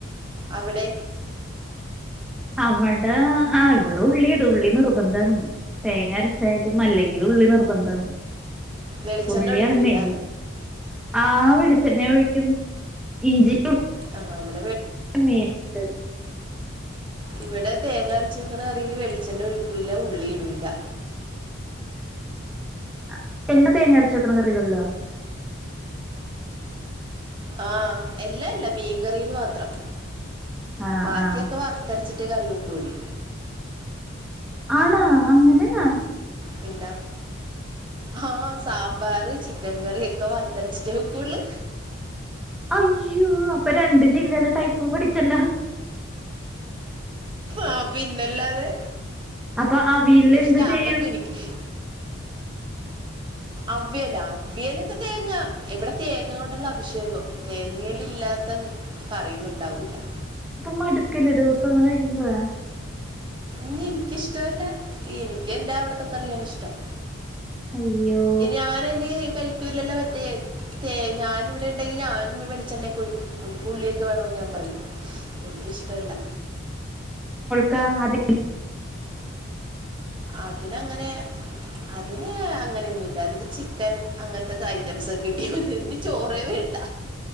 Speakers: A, on the right (about 25°); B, in the centre.
A: അവിടെ
B: അവിടെ ആ ഇവിടെ ഉള്ളീടും ഉള്ളി നിർബന്ധാണ് തേങ്ങ അരച്ചായിട്ടും അല്ലെങ്കിലും ഉള്ളി നിർബന്ധം
A: വെളിച്ചെണ്ണ
B: ഉള്ളിയാണ്
A: ഒഴിക്കൂല
B: മെയിൻ ആ വെളിച്ചെണ്ണ ഒഴിക്കും ഇഞ്ചി
A: ആണ്
B: <unintelligible>
A: ഇവിടെ തേങ്ങാ അരച്ച് വെക്കണ കറീല് വെളിച്ചെണ്ണ ഒഴിക്കൂല്ലാ ഉള്ളി ഇടൂലാ ഇല്ലാ
B: <unintelligible> തേങ്ങ അരച്ച് വെക്കുന്ന കറിയൊള്ളോ
A: ആ എല്ലാം അല്ലാ മീൻകറീൽ മാത്രം
B: ആഹ്
A: ബാക്കിയൊക്കെ
B: ആഹ്
A: വറുത്തരച്ചിട്ടാ ഒറ്റ കറിവെപ്പൂള്ളൂ
B: ആണാ അങ്ങനേണാ
A: പിന്ന ആ സാ <unintelligible> ചിക്കൻ കറി ഒക്കെ വറത്തരച്ചിട്ടേ വെക്കോളൂ
B: അയ്യോ അപ്പൊ രണ്ട് ജില്ലയിലെ ടൈപ്പ് പഠിച്ചല്ലാ
A: ആ പിന്നല്ലാതെ
B: അപ്പൊ അവിയലിന്
A: പക്ഷെ
B: എന്ത്
A: ഞാൻ
B: ചെയ്യും
A: വെക്കും എനിക്ക് അവിയലാ അവിയലൊക്കെ തേങ്ങ എവിടെ തേങ്ങ കൊണ്ടുള്ള അഭിഷേകോ തേങ്ങേല് ഇല്ലാത്ത കറിയൊന്നുണ്ടാവൂലാ
B: മടുക്കല്ലത് ദൂസങ്ങനെ തിന്നോ
A: ഈ ഇനിക്കിഷ്ടോല്ല എനിക്കെന്റെ അവ്ടത്തെ കറിയാണിഷ്ടം
B: അയ്യോ
A: ഞാനന് കൽ <unintelligible> ല്ലല്ലേ മറ്റേ തേങ്ങ ഞാനിവിടെണ്ടെങ്കിൽ ഞാൻ വെളിച്ചണ്ണക്കൊഴിക്കും ഇൻകുള്ളിക്കെ വേണോന്ന് ഞാപറയും എനിക്കിഷ്ടല്ല
B: ക്കാ അതെ
A: അതിനങ്ങനെ അതിന് അങ്ങനെയൊന്നുല്ല അതിന് ചിക്കൻ അങ്ങൻത്തൊക്കെ ഐറ്റംസൊക്കെ കിട്ടിയാമതി അതിന്ചോറേവേണ്ട